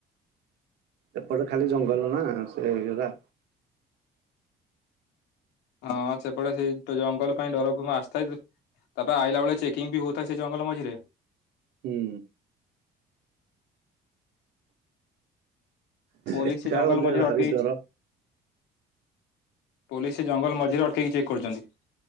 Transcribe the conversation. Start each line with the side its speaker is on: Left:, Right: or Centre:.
Right: ଏପଟେ ଖାଲି ଜଙ୍ଗଲ ନା ସେ ଇଟା
Left: ହଁ ସେପଟେ ସେଇ ତ ଜଙ୍ଗଲ ପାଇଁ ଡର ଆସିଥାଏ। ତାପରେ ଆଇଲା ବେଳେ ଚେକିଂ ବି ହଉଥାଏ, ସେ ଜଙ୍ଗଲ ମଝିରେ
Right: ହୁଁ।
Left: ପୋଲିସ
Right: ଏକା
Left: ସେ ଜଙ୍ଗଲ
Right: ଗଲେ
Left: ମଝିରେ
Right: ଭାରି
Left: ଅଟ
Right: ଡର
Left: ପୋଲିସ ଜଙ୍ଗଲ ମଝିରେ ଅଟକେଇକି ଚେକ୍ କରୁଛନ୍ତି